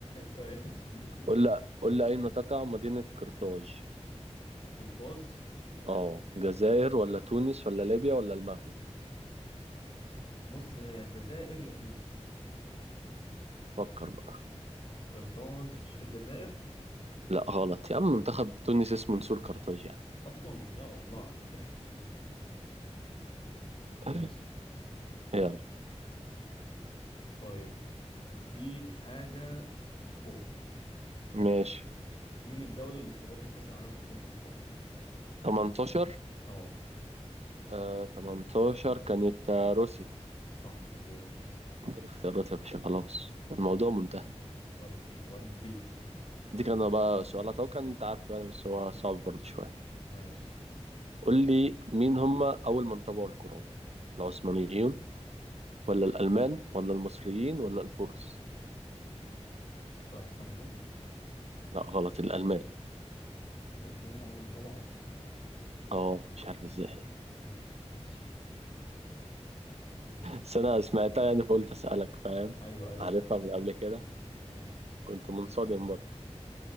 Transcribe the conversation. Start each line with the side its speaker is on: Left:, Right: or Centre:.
Left: ماشي
Right: قول لي قول لي أين تقع مدينة قرطاج
Left: قرطاج
Right: أه جزائر ولا تونس ولا ليبيا ولا المغرب
Left: بص هي يا الجزائر يا تونس
Right: فكر بقى
Left: قرطاج في الجزائر
Right: لا غلط يا عم منتخب تونس اسمه نسور قرطاج يا عم
Left: اصلا يا الله على الضحك اللي أنا فيه.
Right: <laughs>
Left: ماشي
Right: يلا
Left: طيب هديك حاجه في الكوره
Right: ماشي
Left: مين الدوله اللي استضافت كاس العالم 2018
Right: 18
Left: اه
Right: آه 18 كانت آه، روسيا
Left: صح مظبوط
Right: من غير اختيارات يا باشا خلاص الموضوع منتهي
Left: ودي ودي
Right: دي كان بقى سؤال اتوقع ان انت عارفه يعني بس هو صعب برضه شويه
Left: ماشي
Right: قول لي مين هم اول من طبعوا القرآن العثمانيين ولا الالمان ولا المصريين ولا الفرس
Left: العثمانيون
Right: لا غلط الالمان
Left: الالمان اول من طبعوا القران
Right: اه مش عارف ازاي
Left: ايه ده ماشي ماشي
Right: بس انا سمعتها يعني فقلت اسالك فاهم
Left: ايوه ايوه
Right: عارفها
Left: فاهم
Right: من
Left: فاهم
Right: قبل كده
Left: ماشي
Right: كنت منصدم برضه